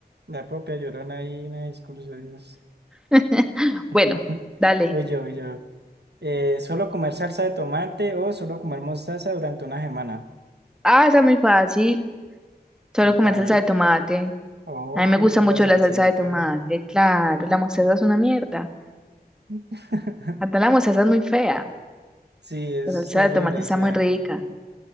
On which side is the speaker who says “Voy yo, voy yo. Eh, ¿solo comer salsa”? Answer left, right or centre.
Right